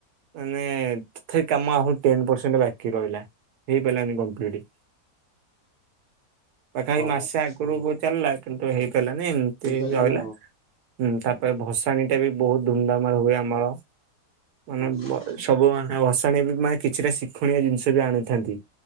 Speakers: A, on the right; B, on the left.
A: ମାନେ ତଥାପି କାମ ଆହୁରି ଟେନ୍ ପରସେଣ୍ଟ ବାକି ରହିଲା। ହେଇପାରିଲାନି କମ୍ପ୍ଲିଟ। ପାଖାପାଖି
B: ହଁ
A: ମାସେ ଆଗରୁ
B: ହଁ।
A: ଚାଲିଲା କିନ୍ତୁ ହେଇପାରିଲାନି ଏମିତି
B: ହେଇପାରିଲା
A: ରହିଲା।
B: ନା
A: ହୁଁ ତାପରେ ଭସାଣି ଟା ବି ବହୁତ ଧୁମଧାମରେ ହୁଏ ଆମର।
B: ଆଉ
A: ମାନେ ସବୁ ମାନେ ଭସାଣି ମାନେ କିଛିଟା ଶିକ୍ଷଣୀୟ ଜିନିଷ ବି ଆଣିଥାନ୍ତି।